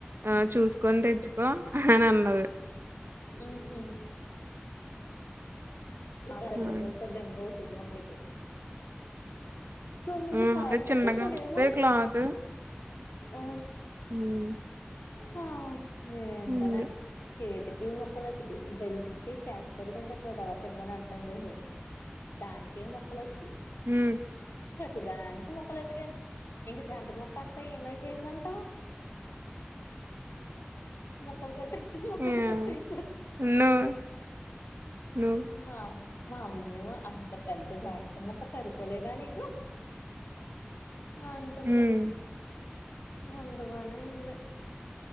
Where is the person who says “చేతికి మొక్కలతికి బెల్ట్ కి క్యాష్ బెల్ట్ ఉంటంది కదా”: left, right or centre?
Left